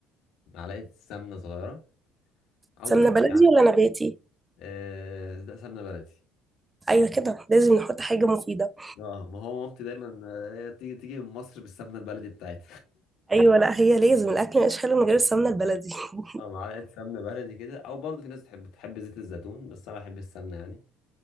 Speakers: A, on the left; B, on the right.
A: معلقه سمنه صغيره او
B: سمنه
A: زيت
B: بلدي
A: يعني
B: ولا نباتي
A: آه، ده سمنه بلدي
B: ايوه كده لازم نحط حاجه مفيده
A: اه ما هو مامتي دايما آه، هي تيجي تيجي من مصر بالسمنه البلدي بتاعتها
B: ايوه لا هي لازم الاكل مش حلو من غير السمنه البلدي <laughs>
A: <laughs> اه معلقه سمنه بلدي كده او برضه في ناس تحب تحب زيت الزيتون بس انا بحب السمنه يعني